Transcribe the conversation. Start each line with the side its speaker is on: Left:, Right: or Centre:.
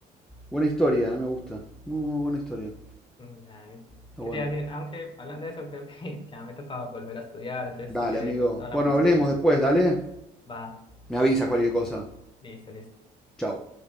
Centre: Buena historia, ¿eh? Me gusta. Muy, muy buena historia.
Left: Mm, Dale.
Centre: Está
Left: ¿Qué
Centre: bueno.
Left: te iba a decir, aunque hablando de eso, creo que <laughs> ya me tocaba volver a estudiar, entonces
Centre: Dale,
Left: si querés,
Centre: amigo.
Left: hablamos
Centre: Bueno,
Left: después.
Centre: hablemos después, dale.
Left: Va,
Centre: Me avisas cualquier cosa.
Left: listo, listo.
Centre: Chao.